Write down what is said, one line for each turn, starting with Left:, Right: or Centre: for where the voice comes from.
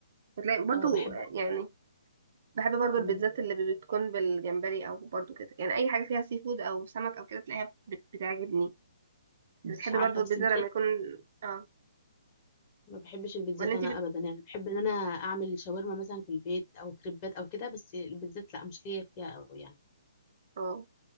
Right: بتلاقي برضو
Left: اه بحب
Right: آه،
Left: قوي
Right: يعني بحب برضو البيتزات
Left: مم.
Right: اللي بتكون بالجمبري او برضو كده يعني اي حاجه فيها سي فود او سمك او كده تلاقيها بت... بتعجبني بتحب
Left: مش عارفه
Right: برضو البيتزا
Left: بس مش
Right: لما
Left: لاقي
Right: يكون اه
Left: ما بحبش البيتزات
Right: ولا انت
Left: انا
Right: بت...
Left: ابدا يعني بحب ان انا اعمل شاورما مثلا في البيت او كريبات او كده بس البيتزات لا مش ليا فيها أوي يعني
Right: اه